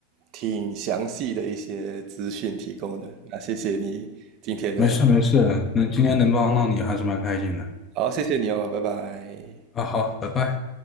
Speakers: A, on the right (about 40°); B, on the left (about 25°).
A: 挺详细的一些资讯提供的，那谢谢你今天的，
B: 没事没事，那今天能帮到你还是蛮开心的。
A: 好，谢谢你哦，拜拜。
B: 啊，好，拜拜。